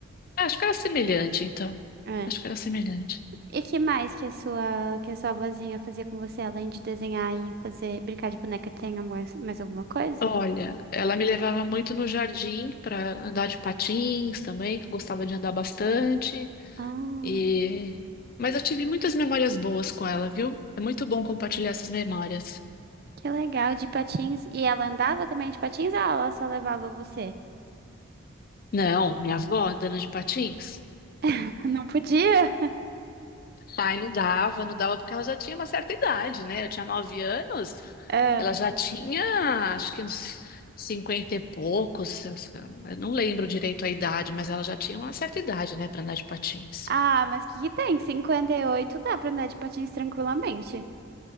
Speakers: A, on the left; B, on the right.
A: Ah, Acho que era semelhante, então.
B: É.
A: Acho que era semelhante.
B: E que mais que a sua, que a sua vozinha fazia com você, além de desenhar e fazer brincar de boneca, tem mais, mais alguma coisa?
A: Olha, ela me levava muito no jardim para andar de patins também, que eu gostava de andar bastante.
B: Ah,
A: E... Mas eu tive muitas memórias boas com ela, viu? É muito bom compartilhar essas memórias.
B: que legal, de patins. E ela andava também de patins ou ela só levava você?
A: Não, minha avó andando de patins.
B: <laughs> Não podia?
A: Ai, não dava, não dava, porque ela já tinha uma certa idade, né? Eu tinha nove anos,
B: Ah,
A: ela já tinha, acho que uns cinquenta e poucos, eu não lembro direito a idade, mas ela já tinha uma certa idade, né, para andar de patins.
B: Ah, mas que que tem? cinquenta e oito dá pra andar de patins tranquilamente.